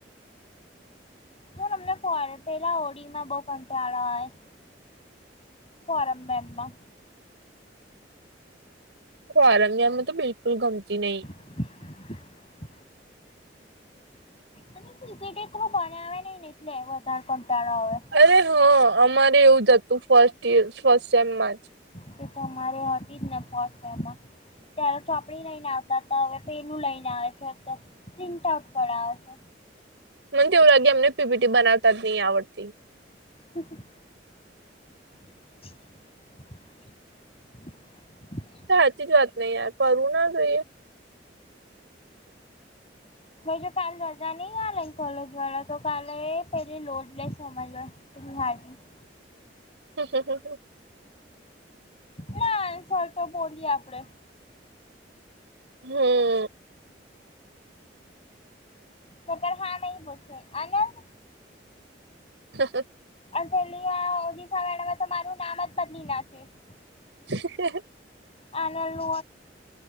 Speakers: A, on the left (about 35°); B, on the right (about 85°).
A: ના અમને પેલા ઓડીમાં બહુ કંટાળો આવે છે. ફોરમ મેમનો
B: ફોર્મ મેમ તો બિલકુલ ગમતી નથી.
A: <unintelligible> અને પીપીટી થ્રું બને ભણાવે એટલે વધારે કંટાળો આવે.
B: અરે હ અમારે એવું જ હતું ફર્સ્ટ સેમમા.
A: તે તો અમારે હતી જ ને ફર્સ્ટ એમાં. ત્યારે ચોપડી લઈને આવતા હતા હવે પેલું લઈને આવે છે અત્યારે પ્રિન્ટ આઉટ કરાવ છે.
B: મને એવું લાગે એમને પીપીટી બનાવતા જ નહી આવડતી.
A: હા. <unintelligible> <unintelligible>
B: તો સાચી જ વાત ને ફરવું ના જોઈએ.
A: હ જો કાલે રજા નહી આ લઈ કોલેજ વાળા તો કાલે પેલી લોડલેસ સમજવા <unintelligible>
B: હમ હમ હમમ
A: ના આન્સર તો બોલીએ આપડે
B: હમ
A: બત હા ન પૂછે અનંદ
B: હા હ.
A: અને પેલી ઓિશ મેડમે તો મારું નામ જ બદલી નાખીશ.
B: હ.
A: આનલનલ